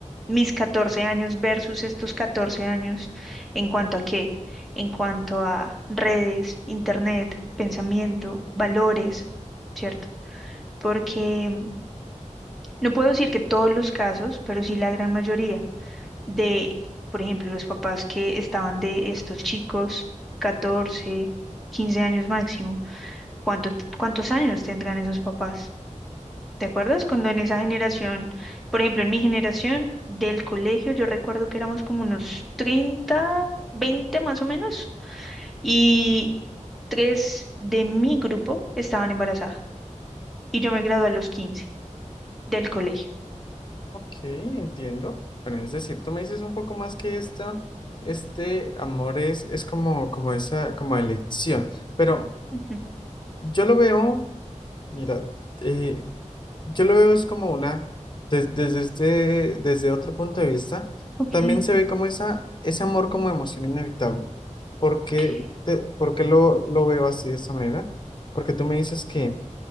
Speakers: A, in the centre; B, on the left.
A: mis 14 años versus estos 14 años en cuanto a qué, en cuanto a redes, internet, pensamiento, valores, ¿cierto? Porque mm, no puedo decir que todos los casos, pero sí la gran mayoría de, por ejemplo, los papás que estaban de estos chicos, 14 15 años máximo, ¿cuánto, cuántos años tendrán esos papás? ¿Te acuerdas cuando en esa generación, por ejemplo, en mi generación del colegio, yo recuerdo que éramos como unos 30, 20 más o menos, y tres de mi grupo estaban embarazadas. Y yo me gradué a los quince del colegio.
B: Ok, entiendo. Bueno, es decir, tú me dices un poco más que esta, este amor es, es como, como esa, como elección. Pero
A: Ujú,
B: yo lo veo, mira, eh, Yo lo veo es como una, des- desde este, desde otro punto de vista,
A: Ok,
B: también se ve como esa, ese amor como emoción inevitable. ¿Por
A: ok.
B: qué, te- por qué lo, lo veo así de esta manera? Porque tú me dices que